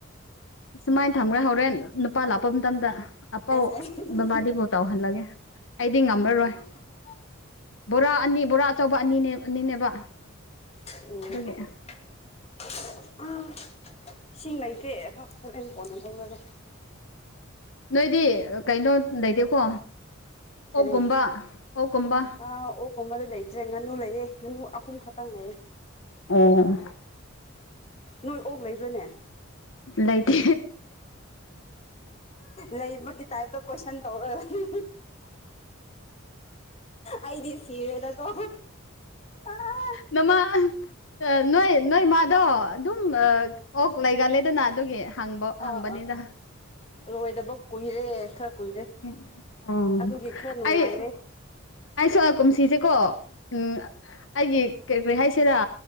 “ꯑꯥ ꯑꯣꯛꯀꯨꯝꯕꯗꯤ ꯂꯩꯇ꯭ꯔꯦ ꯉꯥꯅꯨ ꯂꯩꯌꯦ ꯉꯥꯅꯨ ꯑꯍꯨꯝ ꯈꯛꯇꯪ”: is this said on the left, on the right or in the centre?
Left